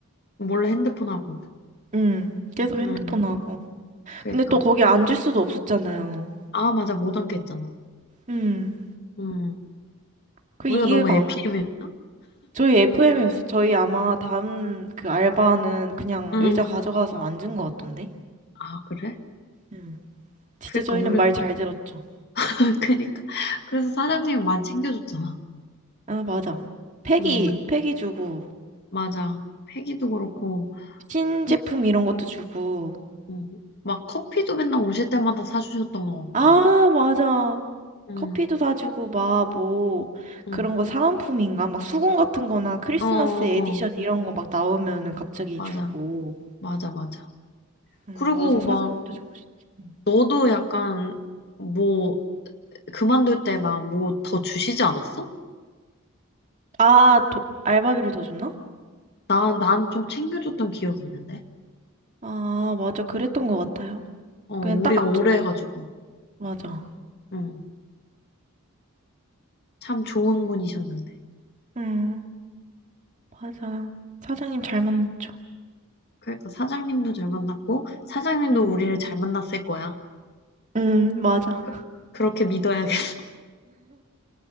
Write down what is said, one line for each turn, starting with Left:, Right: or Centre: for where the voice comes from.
Left: 몰래 핸드폰 하고.
Right: 음, 계속 핸드폰
Left: 음,
Right: 하고.
Left: 그니까.
Right: 근데 또 거기 앉을 수도 없었잖아요.
Left: 아, 맞아, 못앉했잖아
Right: 음,
Left: 음,
Right: 그
Left: 우리가
Right: 이해가
Left: 너무 f
Right: 안.
Left: 피이었나
Right: 저희 FM이었어. 저희 아마 다음 그 알바는 그냥
Left: 음,
Right: 의자 가져가서 앉은 것 같던데?
Left: 아, 그래?
Right: 음. 진짜
Left: 그니까,
Right: 저희는
Left: 우리가.
Right: 말 잘 들었죠.
Left: <laughs> 그니까. 그래서 사장님이 많이 챙겨줬잖아.
Right: 아, 맞아. 폐기,
Left: 음,
Right: 폐기 주고,
Left: 맞아. 회기도 그렇고,
Right: 신제품
Left: 어,
Right: 이런 것도 주고.
Left: 음, 막 커피도 맨날 오실 때마다 사주셨던 것 같고.
Right: 아, 맞아.
Left: 음,
Right: 커피도 다 주고, 막 뭐,
Left: 음,
Right: 그런 거 사은품인가? 막 수건 같은 거나 크리스마스
Left: 어, 어,
Right: 에디션 이런 거 막 나오면은 갑자기
Left: 맞아.
Right: 주고.
Left: 맞아, 맞아.
Right: 응,
Left: 그리고
Right: 맞아. 사장님도
Left: 막,
Right: 좋으셨지. 음.
Left: 너도 약간, 뭐, 그만둘 때 막 뭐 더 주시지 않았어?
Right: 아, 도, 알바비를 더 줬나?
Left: 나 난 좀 챙겨줬던 기억이 있는데.
Right: 아, 맞아. 그랬던 것 같아요.
Left: 어, 우리
Right: 그냥 딱, 앉-
Left: 오래 해가지고.
Right: 맞아.
Left: 응. 참 좋은 분이셨는데.
Right: 음, 맞아. 사장님 잘 만났죠.
Left: 그러니까 사장님도 잘 만났고, 사장님도
Right: 음,
Left: 우리를 잘 만났을 거야.
Right: 음, 맞아.
Left: 그- 그렇게 믿어야겠어.